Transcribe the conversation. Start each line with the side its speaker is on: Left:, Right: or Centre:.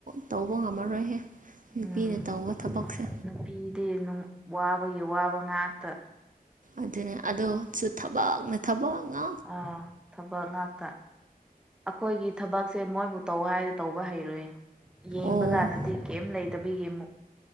Right: ꯇꯧꯕ ꯉꯝꯃꯔꯣꯏꯍꯦ ꯅꯨꯄꯤꯅ
Centre: ꯎꯝ
Right: ꯇꯧꯕ ꯊꯕꯛꯁꯦ
Centre: ꯅꯨꯄꯤꯗꯤ ꯋꯥꯕꯒꯤ ꯋꯥꯕ ꯉꯥꯛꯇ
Right: ꯑꯗꯨꯅꯦ ꯑꯗꯨꯁꯨ ꯊꯕꯛꯅ ꯊꯕꯛ ꯉ
Centre: ꯑꯥ ꯊꯕꯛ ꯉꯥꯛꯇ ꯑꯩꯈꯣꯏꯒꯤ ꯊꯕꯛꯁꯦ ꯃꯣꯏꯕꯨ ꯇꯧ ꯍꯥꯏꯔꯗꯤ ꯇꯧꯕ ꯍꯩꯔꯣꯏ ꯌꯦꯡꯕ
Right: ꯑꯣ
Centre: ꯀꯥꯟꯗꯗꯤ ꯀꯩꯝ ꯂꯩꯇꯕꯒꯤꯛ